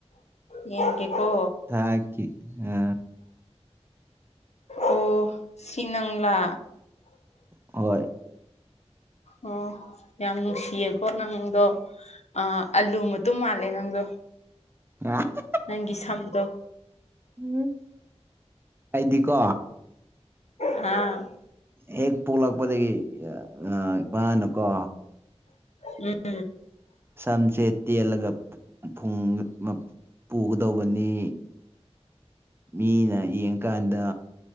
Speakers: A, on the left; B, on the right.
A: ꯌꯦꯡꯒꯦꯀꯣ
B: ꯊꯥꯀꯤ ꯑ
A: ꯑꯣ ꯁꯤ ꯅꯪꯂ
B: ꯍꯣꯏ
A: ꯑꯣ ꯌꯥꯝ ꯅꯨꯡꯁꯤꯌꯦꯀꯣ ꯅꯪꯗꯣ ꯑ ꯑꯂꯨ ꯃꯇꯨꯝ ꯃꯥꯜꯂꯦ ꯅꯪꯗꯣ
B: <unintelligible>
A: ꯅꯪꯒꯤ ꯁꯝꯗꯣ
B: ꯎꯝ ꯑꯩꯗꯤꯀꯣ
A: ꯍꯥꯥ
B: ꯍꯦꯛ ꯄꯣꯛꯂꯛꯄꯗꯒꯤ ꯑ ꯃꯥꯅꯀꯣ
A: ꯎꯝ
B: ꯁꯝꯆꯦꯠ ꯇꯦꯜꯂꯒ ꯐꯨꯡ ꯃ ꯄꯨꯒꯗꯧꯕꯅꯤ ꯃꯤꯅ ꯌꯦꯡꯀꯥꯟꯗ